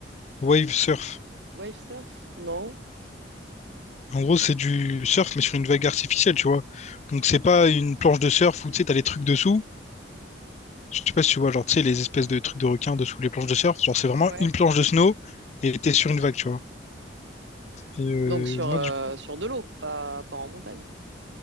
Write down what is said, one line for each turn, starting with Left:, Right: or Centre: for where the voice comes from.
Left: Wave surf.
Right: Wave surf? Non.
Left: En gros, c'est du surf, mais sur une vague artificielle, tu vois. Donc, c'est pas une planche de surf où, tu sais, t'as les trucs dessous. Je sais pas si tu vois, genre, tu sais, les espèces de trucs de requins dessous les planches de surf. Genre, c'est vraiment
Right: Ouais.
Left: une planche de snow et t'es sur une vague, tu vois. Et euh,
Right: Donc sur,
Left: moi,
Right: euh,
Left: du coup,
Right: sur de l'eau, pas, pas en montagne.